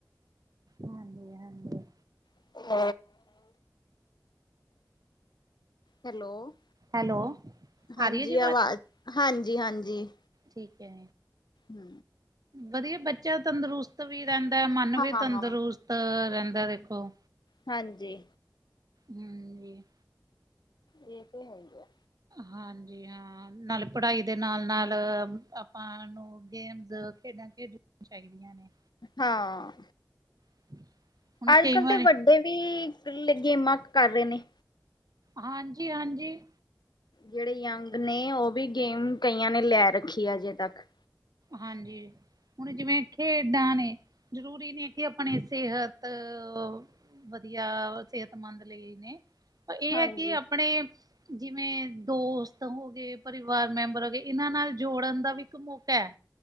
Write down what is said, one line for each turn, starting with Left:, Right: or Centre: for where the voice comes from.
Right: ਹਾਂਜੀ -ਹਾਂਜੀ।
Left: <unintelligible> ਹੈਲੋ
Right: ਹੈਲੋ
Left: ਹਾਂਜੀ
Right: ਆ ਰਹੀ ਹੈ ਜੀ
Left: ਆਵਾਜ਼ ਹਾਂਜੀ- ਹਾਂਜੀ।
Right: ਠੀਕ ਹੈ।
Left: ਹੂੰ,,,
Right: ਵਧੀਆ ਬੱਚਾ ਤੰਦਰੁਸਤ ਵੀ ਰਹਿੰਦਾ ਮਨ ਵੀ
Left: ਹਾਂ
Right: ਤੰਦਰੁਸਤ ਆ ਰਹਿੰਦਾ ਦੇਖੋ।
Left: ਹਾਂਜੀ।
Right: ਹੂੰ। ਜੀ
Left: ਏਹ ਤੇ ਹੈ ਈ ਐ।
Right: ਹਾਂਜੀ ਹਾਂ। ਨਾਲੇ ਪੜ੍ਹਾਈ ਦੇ ਨਾਲ-ਨਾਲ ਆਪਾਂ ਨੂੰ ਗੇਮਸ ਖੇਡਾਂ ਖੇਡ ਚਾਈਦੀਆਂ ਨੇ।
Left: ਹਾਂ।
Right: <unintelligible>
Left: ਅੱਜ-ਕੱਲ
Right: ਵਾਰੀ
Left: ਤੇ ਵੱਡੇ ਵੀ ਲਗ ਗੇਮਾਂ ਕਰ ਰੇ ਨੇ।
Right: ਹਾਂਜੀ-ਹਾਂਜੀ।
Left: ਜਿੜੇ ਯੰਗ ਨੇ ਓਵੀ ਗੇਮ ਕਈਆਂ ਨੇ ਲੈ ਰੱਖੀ ਅਜੇ ਤੱਕ
Right: ਹਾਂਜੀ, ਹੁਣ ਜਿਵੇਂ ਖੇਡਾਂ ਨੇ ਜ਼ਰੂਰੀ ਨੀ ਕਿ ਅਪਣੀ ਸੇਹਤ ਤ ਓ, ਵਧੀਆ ਸਿਹਤਮੰਦ ਲਈ ਨੇ ਪਰ ਐ
Left: ਹਾਂਜੀ
Right: ਕਿ ਆਪਣੇ, ਜਿਵੇਂ ਦੋਸਤ ਹੋ ਗਏ। ਪਰਿਵਾਰ ਮੈਂਬਰ ਹੋਗੇ ਏਨਾਂ ਨਾਲ ਜੋੜਨ ਦਾ ਵੀ ਇੱਕ ਮੌਕਾ ਐ।